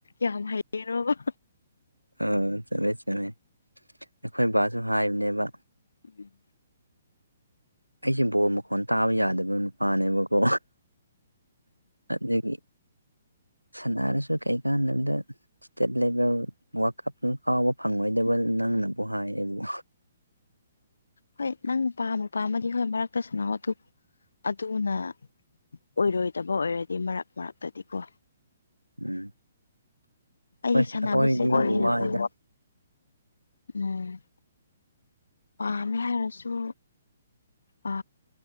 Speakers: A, on the left; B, on the right.
A: ꯌꯥꯝ ꯍꯩꯒꯦꯔꯣꯕ
B: ꯎꯝ ꯆꯠꯃꯦ ꯆꯨꯝꯃꯦ ꯑꯩꯈꯣꯏ ꯕꯥꯁꯨ ꯍꯥꯏꯕꯅꯦꯕ
A: ꯎꯝ
B: ꯑꯩꯁꯦ ꯕꯣꯜ ꯃꯈꯣꯟ ꯇꯥꯕ ꯌꯥꯗꯕ ꯅꯨꯄꯥꯅꯦꯕꯀꯣ ꯑꯗꯨꯒꯤ ꯁꯅꯥꯔꯁꯨ ꯀꯩꯀꯥꯟꯗꯝꯗ ꯏꯁꯇꯦꯠ ꯂꯦꯚꯦꯜ ꯋꯥꯔꯗꯀꯞ ꯀꯥꯎꯕ ꯐꯪꯂꯉꯣꯏꯗꯕ ꯅꯪꯅꯕꯨ ꯍꯥꯏ ꯑꯩꯕꯨ
A: ꯍꯣꯏ ꯅꯪ ꯄꯥꯝꯕꯨ ꯄꯥꯝꯃꯗꯤ ꯍꯣꯏ ꯃꯔꯛꯇ ꯁꯅꯥꯎ ꯑꯗꯨ ꯑꯗꯨꯅ ꯑꯣꯏꯔꯣꯏꯗꯕ ꯑꯣꯏꯔꯗꯤ ꯃꯔꯛ ꯃꯔꯛꯇꯗꯤ ꯀꯣ
B: ꯎꯝ
A: ꯑꯩꯗꯤ
B: ꯍꯣꯏ ꯑꯩꯈꯣꯏꯗꯤ
A: ꯁꯥꯟꯅꯕꯁꯦ ꯀꯥ ꯍꯦꯟꯅ
B: ꯋꯥꯏꯗ
A: ꯄꯥꯝꯃꯦ ꯎꯝ ꯑ ꯑꯃ ꯍꯥꯏꯔꯁꯨ ꯑ